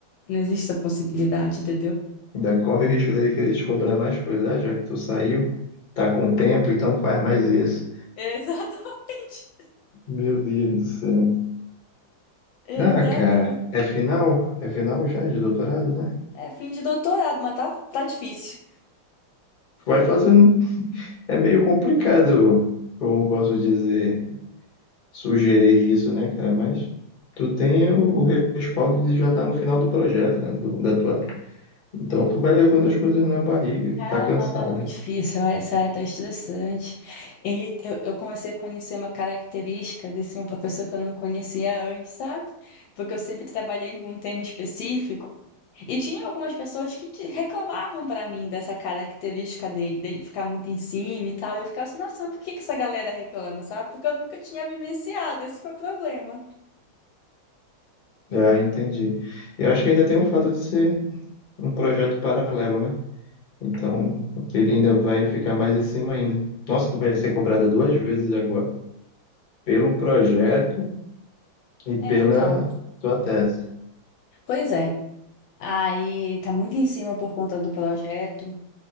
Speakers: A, on the left; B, on the left.
A: não existe essa possibilidade, entendeu?
B: Ainda corre o risco dele querer te cobrar mais coisa, ah, já que tu saiu, tá com tempo, então faz mais isso.
A: <laughs> Exatamente.
B: Meu Deus do céu.
A: Exatamente.
B: Ah, cara, é final? É final já de doutorado, né?
A: É fim de doutorado, mas tá, tá difícil.
B: Vai fazer É meio complicado, como posso dizer, sugerir isso, né, cara? Mas tu tem o, o respaldo de já estar no final do projeto, né? do- da tua... Então tu vai levando as coisas na barriga,
A: Cara,
B: tá cansada.
A: mas tá muito difícil, olha, sério, tá estressante. Ele, eu, eu comecei a conhecer uma característica desse meu professor que eu não conhecia antes, sabe? Porque eu sempre trabalhei com um tema específico. E tinha algumas pessoas que te- reclamavam pra mim dessa característica dele, dele ficar muito em cima e tal. E eu ficava assim, nossa, mas por que que essa galera reclama, sabe? Porque eu nunca tinha vivenciado, esse foi o problema.
B: Ah, entendi. Eu acho que ainda tem o fato de ser um projeto paralelo, né? Então ele ainda vai ficar mais em cima ainda. Nossa, tu vai ser cobrada duas vezes agora, pelo projeto e pela
A: É, então,
B: tua tese.
A: pois é. Aí ele tá muito em cima por conta do projeto.